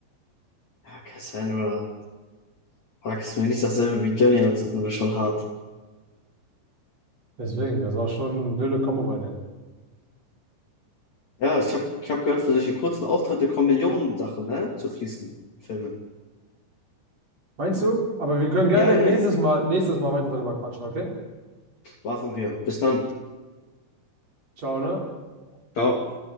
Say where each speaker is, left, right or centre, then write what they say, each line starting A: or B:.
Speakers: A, on the left; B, on the right.
A: Ja, Cassandra, wag es mir nicht dasselbe wie Johnny anzutun, ist schon hart.
B: Deswegen, das war schon eine wilde Kombo bei denen.
A: Ja, ich hab, ich hab gehört, für solche kurzen Auftritte kommen Millionen Sachen, ne, zu fließen in Filmen.
B: Meinst du? Aber wir können gerne
A: Ja, ja,
B: nächstes Mal, nächstes Mal weiter darüber quatschen, okay?
A: machen wir. Bis dann.
B: Ciao, ne?
A: Ciao.